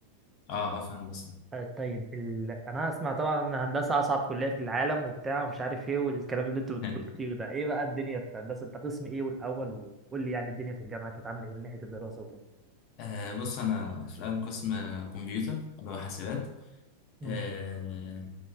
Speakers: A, on the left (about 40°); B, on the right (about 15°).
A: اه اه فاهم بس
B: آه، طيب ال... انا اسمع طبعا ان هندسه اصعب كليه في العالم وبتاع ومش عارف ايه والكلام اللي انتوا بتقولوه
A: <laughs>
B: كتير ده ايه بقى الدنيا في هندسه انت قسم ايه والاول وقول لي يعني الدنيا في الجامعه كانت عامله ايه من ناحيه الدراسه وكده
A: آه بص انا في الاول قسم آه، كمبيوتر اللي هو حاسبات
B: مم.
A: آه